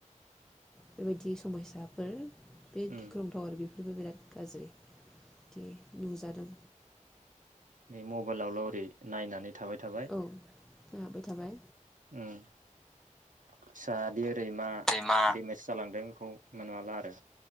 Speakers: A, in the centre; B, on the right.
A: बेबायदि समयसाफोर बे
B: उम
A: गिख्रोंथाव आरो बे बेबो बिराद गाज्रि दि नुजादों
B: बे मबाइलावल' ओरै नायनानै थाबाय थाबाय
A: औ नाहाबबाय थाबाय
B: उय फिसायादि ओरै मा
A: सैमा
B: देमेज जालांदों खौ मोनाला आरो